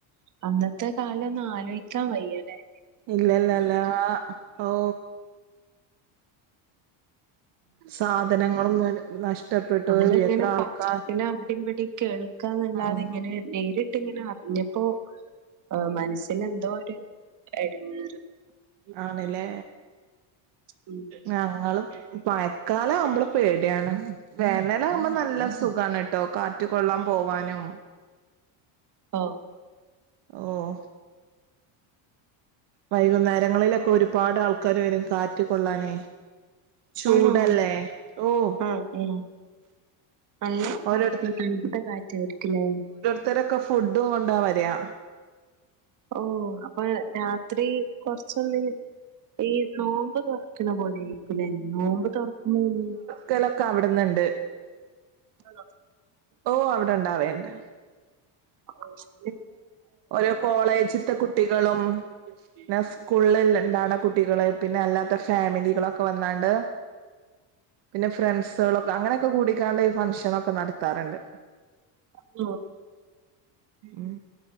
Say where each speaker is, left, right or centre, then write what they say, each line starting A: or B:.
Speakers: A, on the right; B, on the right.
A: അന്നത്തെ കാലോന്ന് ആലോയിക്കാൻ വയ്യലെ.
B: ഇല്ലല്ലല്ലാ ഔ സാധനങ്ങളും നഷ്ടപ്പെട്ടു
A: നമ്മള് ഇങ്ങനെ
B: എത്ര ആൾക്കാർ
A: പത്രത്തില് അവിടിം ഇവടിം. കേൾക്കാന്നല്ലാതെ
B: ഉം
A: ഇങ്ങനെ നേരിട്ട് ഇങ്ങനെ അർഞ്ഞപ്പോ. ആഹ് മൻസ്സിന് എന്തോ ഒരു എടങ്ങേറ്
B: ആണ്ലേ
A: ഉം.
B: ഞങ്ങളും പയക്കാലാവുമ്പള് പേടിയാണ്. വേനലാവുമ്പം നല്ല സുഖാണ്. ട്ടോ കാറ്റ് കൊള്ളാം പോവാനും.
A: ഓഹ്
B: ഓഹ് വൈകുന്നേരങ്ങളിലൊക്കെ ഒരുപാട് ആൾക്കാര് വെരും കാ റ്റ് കൊള്ളാനേ ചൂടല്ലേ
A: ആണോ
B: ഓഹ്
A: ആ ആ നല്ല കാറ്റ്
B: ഓരോരുത്ത
A: തണുത്ത കാറ്റായിരിക്കുലെ.
B: ഇത്തരൊക്കെ ഫുഡും കൊണ്ടാ വരാ.
A: ഓഹ് അപ്പ രാത്രി കൊർച്ചൊന്ന് ഈ നോമ്പ് തൊർക്ക്ണ പോലായിരിക്കുലെ. നോമ്പ് തുറക്ക്ണേല്.
B: ക്കലൊക്കെ അവിട്ന്ന്ണ്ട്.
A: ഹലോ
B: ഓഹ് അവ്ടെ ഇണ്ടാവേണ്ട്.
A: ആ <unintelligible>
B: ഓരോ കോളേജ്ത്തെ കു ട്ടികളും പിന്നെ സ്കൂള്ണ്ടാവ്ണ കുട്ടികള് പിന്നെ അല്ലാത്ത ഫാമിലികളൊ ക്കെ വന്നാണ്ട് പിന്നെ ഫ്രണ്ട്സേളൊക്കെ അങ്ങനൊക്കെ കൂടിക്കാണ്ട് ഈ ഫംഗ്ഷനൊക്കെ നടത്താറ്ണ്ട്.
A: ഓ
B: ഉം